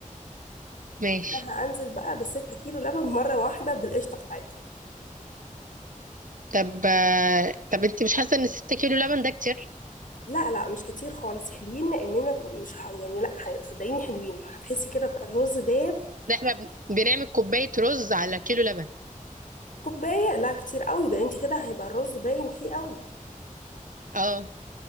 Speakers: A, on the right; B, on the left.
A: ماشي
B: انا هنزل بقى بالستة كيلو لبن مرة واحدة بالقشطة بتاعتهم
A: طب آه، طب انت مش حاسه ان 6 كيلو لبن ده كتير
B: لا لا مش كتير خالص حلوين لأننا مش ه... يعني لا ه- صدقيني حلوين هتحسي كده الرز داب
A: ده احنا بن- بنعمل كوباية رز على كيلو لبن
B: كوباية لا كتير قوي ده انت كده هيبقى الرز باين فيه قوي
A: اه